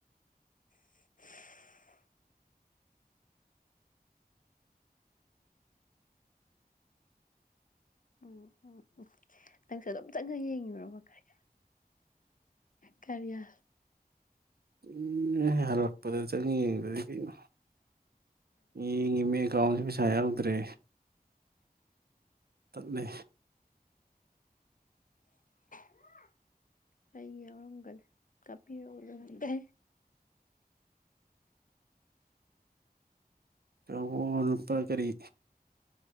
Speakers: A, on the left (about 55°); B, on the right (about 75°).
A: <inaudible> ꯎꯝ ꯎꯝ ꯎꯝ ꯅꯪꯁꯨ ꯑꯗꯨꯝ ꯆꯪꯉ ꯌꯦꯡꯉꯤꯔꯕ ꯀꯔꯤ ꯀꯔꯤꯌꯥ
B: ꯎꯝ ꯍꯂꯛꯄꯗ ꯆꯪ ꯌꯦꯡꯕꯗꯤ ꯀꯩꯅꯣ ꯃꯤ ꯉ ꯃ ꯑꯦꯀꯥꯎꯟꯖ ꯁꯥꯌꯥ ꯎꯗꯔꯦ ꯇꯠꯂ
A: <inaudible> ꯑꯩꯒꯤ ꯌꯥꯎꯔꯝꯒꯅꯤ ꯀꯥꯞꯄꯤꯔꯛꯑꯣ
B: ꯆꯄ ꯀꯔꯤ